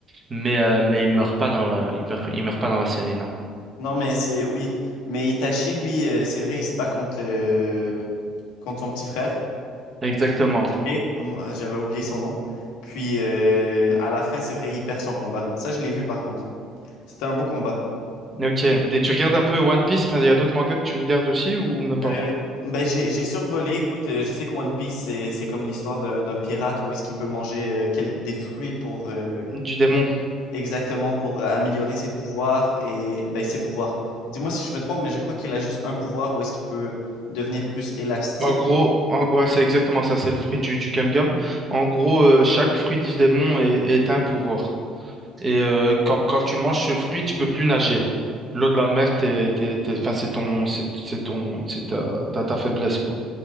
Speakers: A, on the right; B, on the left.
A: mais euh, mais il meurt pas dans le il meurt il meurt pas dans la série non.
B: Non, mais c'est... Oui. Mais Itachi, lui, euh, c'est vrai, il se bat contre... euh, contre son petit frère.
A: Exactement.
B: Et euh, j'avais oublié son nom. Puis euh, à la fin, c'est vrai, il perd son combat. Ça, je l'ai vu par contre. C'était un beau combat.
A: Ok. Et tu regardes un peu One Piece? Enfin, il y a d'autres mangas que tu regardes aussi ou même pas?
B: Euh, ben, j'ai, j'ai survolé. Écoute, euh, je sais que One Piece, c'est, c'est comme l'histoire d'un d'un pirate où est-ce qu'il peut manger euh, quel- des fruits pour euh,
A: Du démon.
B: exactement pour euh, améliorer ses pouvoirs et ben, ses pouvoirs. Dis-moi si je me trompe, mais je crois qu'il a juste un pouvoir où est-ce qu'il peut devenir plus élastique.
A: En gros, en- ouais, c'est exactement ça, c'est le fruit du, du gum. En gros, euh, chaque fruit du démon est, est un pouvoir. Et euh, quand, quand tu manges ce fruit, tu peux plus nager. L'eau de la mer, t'es, t'es, t'es- enfin, c'est ton, c'est c'est ton, c'est ta, ta, ta faiblesse, quoi.